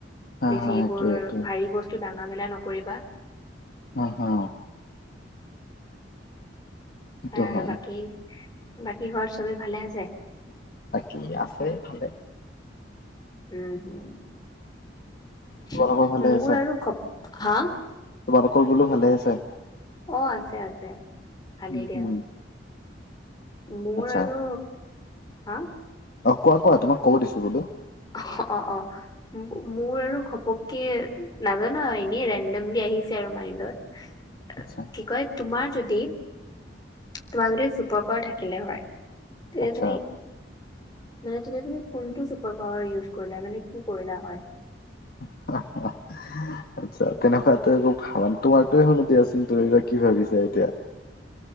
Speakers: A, on the left (about 50°); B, on the left (about 20°).
A: হা
B: বেছি
A: হা
B: এইবোৰ
A: এইটোৱে এইটোৱে
B: ভাৰি বস্তু দাঙা মেলা নকৰিবা।
A: অঁ, অঁ। সেইটো
B: আৰু
A: হয়
B: বাকী, বাকী ঘৰত চবে ভালে আছে?
A: বাকী আছে ভালে।
B: উম,
A: তোমালোকৰ
B: হম
A: ভালে
B: মোৰ
A: আছে
B: আৰু ঘপ হা!
A: তোমালোকৰ বোলো ভালে আছে?
B: অঁ আছে, আছে ভালেই
A: উম
B: দিয়া।
A: হুম
B: মোৰ
A: আচ্ছা
B: আৰু হা!
A: অঁ কোৱা, কোৱা তোমাক ক'ব দিছো বোলো।
B: অহ, অঁ, অঁ। মোৰ আৰু ঘপককে নাজানা এনেই ৰেনডমলি আহিছে আৰু মাইণ্ডত।
A: আচ্ছা
B: কি কয় তোমাৰ যদি- তোমাৰ যদি চুপাৰ পাৱাৰ থাকিলে হয় তেতিয়া
A: আচ্ছা
B: তুমি- মানে তেতিয়া তুমি কোনটো চুপাৰ পাৱাৰ ইউজ কৰিলা মানে কি কৰিলা হয়?
A: <unintelligible> আচ্ছা তেনেকুৱা ত ভাবা নাই, তোমাৰেটোৱে শুনো দিয়াচোন তুমি বা কি ভাবিছা এতিয়া?